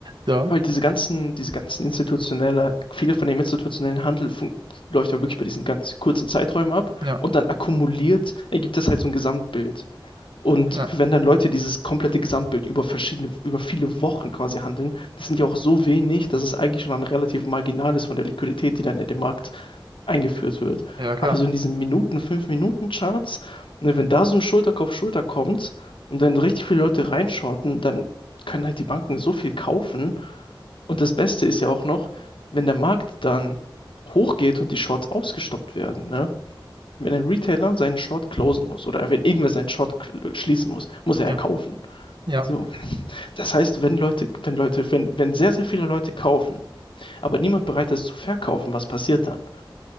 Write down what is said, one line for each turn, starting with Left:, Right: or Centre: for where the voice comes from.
Right: So,
Left: Weil diese ganzen, diese ganzen institutionelle, viel von dem institutionellen Handel fun- läuft ja wirklich bei diesen ganz kurzen Zeiträumen ab
Right: ja,
Left: und dann akkumuliert ergibt das halt so ein Gesamtbild. Und
Right: ja,
Left: wenn dann Leute dieses komplette Gesamtbild über verschiedene, über viele Wochen quasi handeln, das sind ja auch so wenig, dass es eigentlich schon ein relativ marginal ist von der Liquidität, die dann in den Markt eingeführt wird.
Right: ja, klar,
Left: Aber so in diesen Minuten, fünf Minuten Charts, ne, wenn da so ein Schulterkopf Schulter kommt und dann richtig viele Leute reinschorten, dann können halt die Banken so viel kaufen und das Beste ist ja auch noch, wenn der Markt dann hochgeht und die Shorts ausgestoppt werden, ne? Wenn ein Retailer seinen Short closen muss oder wenn irgendwer seinen Short cl- schließen muss, muss er
Right: ja,
Left: ja kaufen.
Right: ja,
Left: So. Das heißt, wenn Leute, wenn Leute, wenn, wenn sehr, sehr viele Leute kaufen, aber niemand bereit ist zu verkaufen, was passiert dann?